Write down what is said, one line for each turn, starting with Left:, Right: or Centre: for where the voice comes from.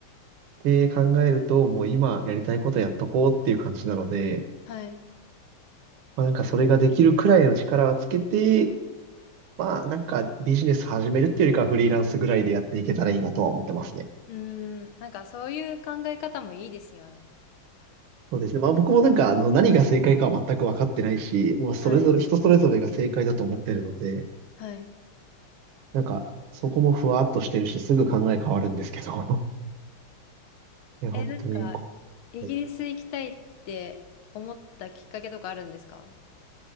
Right: って考えると、もう今やりたいことやっとこうっていう感じなので、
Left: はい。
Right: まあなんかそれができるくらいの力はつけて、まあなんかビジネス始めるっていうよりかはフリーランスぐらいでやっていけたらいいなとは思ってますね。
Left: うーん、なんかそういう考え方もいいですよね。
Right: そうですね。まあ僕もなんか、あの、何が正解かは全く分かってないし、もうそれぞれ、
Left: はい。
Right: 人それぞれが正解だと思ってるので、
Left: はい。
Right: なんか、そこもふわっとしてるし、すぐ考え変わるんですけど、<laughs> いや、
Left: え、
Right: 本当に、
Left: なんか、
Right: こ
Left: イギリス行きたいって思ったきっかけとかあるんですか
Right: はい